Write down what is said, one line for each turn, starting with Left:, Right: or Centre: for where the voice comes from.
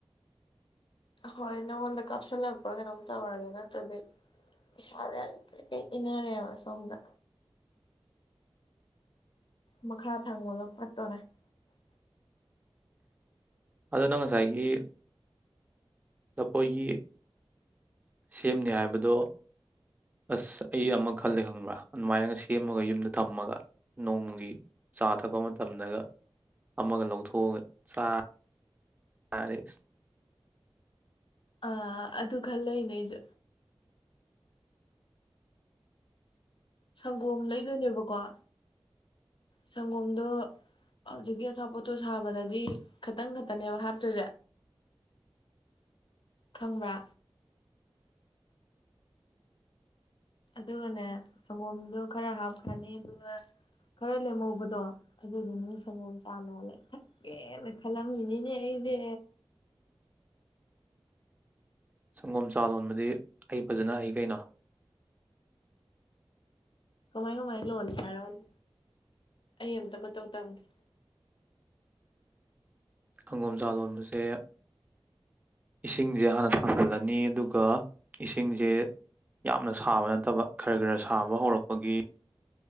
Left: ꯍꯣꯏ ꯅꯪꯉꯣꯟꯗ ꯀꯥꯞꯁꯤꯜꯂꯛꯄ꯭ꯔꯥ ꯀꯩꯅꯣꯝ ꯇꯧꯔꯒꯦ ꯅꯠꯇ꯭ꯔꯗꯤ ꯄꯩꯁꯥꯁꯤ ꯀꯔꯤꯛ ꯀꯔꯤꯛ ꯏꯟꯅꯔꯦꯕ ꯁꯣꯝꯗ ꯃꯈꯥ ꯊꯪꯕꯗꫭ ꯄꯠꯇꯣꯔꯦ <unintelligible>
Right: ꯑꯗꯨꯅ ꯉꯁꯥꯏꯒꯤ ꯑꯩꯈꯣꯏꯒꯤ ꯁꯦꯝꯅꯤ ꯍꯥꯏꯕꯗꯣ ꯑꯁ ꯑꯩ ꯑꯃ ꯈꯜꯂꯦ ꯈꯪꯕ꯭ꯔꯥ ꯑꯗꯨꯃꯥꯏꯅꯒ ꯁꯦꯝꯃꯒ ꯌꯨꯝꯗ ꯊꯝꯃꯒ ꯅꯣꯡꯃꯒꯤ ꯆꯥ ꯊꯛꯄ ꯃꯇꯝꯗꯒ ꯑꯃꯒ ꯂꯧꯊꯣꯛꯑꯒ ꯆꯥ ꯇꯔ
Left: ꯑꯥ ꯑꯗꯨ ꯈꯜꯂꯛꯅꯦ ꯑꯩꯁꯨ ꯁꯪꯒꯣꯝ ꯂꯩꯗꯣꯏꯅꯦꯕꯀꯣ ꯁꯪꯒꯣꯝꯗꯣ ꯍꯧꯖꯤꯛꯀꯤ ꯑꯆꯥꯄꯣꯠꯇꯣ ꯁꯥꯕꯗꯗꯤ ꯈꯇꯪ ꯈꯛꯇꯅꯦꯕ ꯍꯥꯞꯇ꯭ꯁꯦ ꯈꯪꯕ꯭ꯔꯥ ꯑꯗꯨꯒꯅꯦ ꯁꯪꯒꯣꯝꯗꯣ ꯈꯔ ꯍꯥꯞꯈ꯭ꯔꯅꯤ ꯑꯗꯨꯒ ꯈꯔ ꯂꯦꯝꯍꯧꯕꯗꯣ ꯑꯗꯨꯗꯨꯅꯥ ꯁꯪꯒꯣꯝ ꯆꯥꯅꯣꯜꯂ ꯊꯛꯀꯦꯅ ꯈꯜꯂꯝꯃꯤꯅꯤꯅꯦ ꯑꯩꯁꯦ
Right: ꯁꯪꯒꯣꯝ ꯆꯥ ꯂꯣꯟꯕꯗꯤ ꯑꯩ ꯐꯖꯅ ꯍꯩ ꯀꯩꯅꯣ
Left: ꯀꯃꯥꯏ ꯀꯃꯥꯏ ꯂꯣꯜꯂꯤ ꯍꯥꯏꯔꯛꯑꯣꯅ ꯑꯩ ꯑꯃꯝꯇ ꯃꯇꯧ ꯇꯝꯒꯦ
Right: ꯁꯪꯒꯣꯝꯆꯥ ꯂꯣꯟꯕꯁꯦ ꯏꯁꯤꯡꯁꯦ ꯍꯥꯟꯅ ꯊꯖꯤꯜꯂꯅꯤ ꯑꯗꯨꯒ ꯏꯁꯤꯡꯁꯦ ꯌꯥꯝꯅ ꯁꯥꯕ ꯅꯠꯇꯕ ꯈꯔ ꯈꯔ ꯁꯥꯕ ꯍꯧꯔꯛꯄꯒꯤ